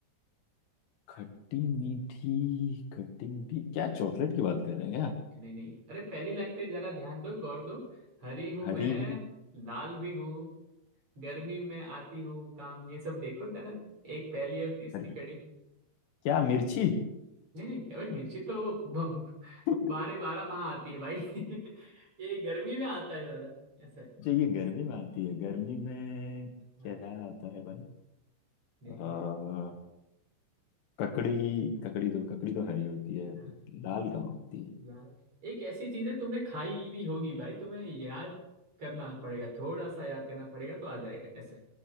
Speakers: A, on the left (about 85°); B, on the right (about 30°).
A: खट्टी मीठी खट्टी मीठी क्या चॉकलेट की बात कर रहे हैं क्या
B: नहीं नहीं अरे पहली लाइन पे जरा ध्यान दो गौर दो हरी हूँ
A: हरी
B: मैं
A: भी
B: लाल भी हूँ गर्मी में आती हूँ काम ये सब देखो जरा एक पहली और तीसरी
A: हरी
B: कड़ी
A: क्या मिर्ची
B: नहीं नहीं अबे मिर्ची तो ब-
A: <laughs>
B: बारह बारह माह आती है भाई <laughs> ये गर्मी में आता है दादा ऐसा है
A: जो ये गर्मी में आती है गर्मी में
B: हाँ
A: क्या आता है भाई
B: देखो
A: आ, ककड़ी ककड़ी तो ककड़ी तो हरी होती है
B: हाँ
A: लाल कहाँ होती है
B: यार एक ऐसी चीज है तुमने खाई भी होगी भाई तुम्हें याद करना पड़ेगा थोड़ा सा याद करना पड़ेगा तो आ जाएगा ऐसे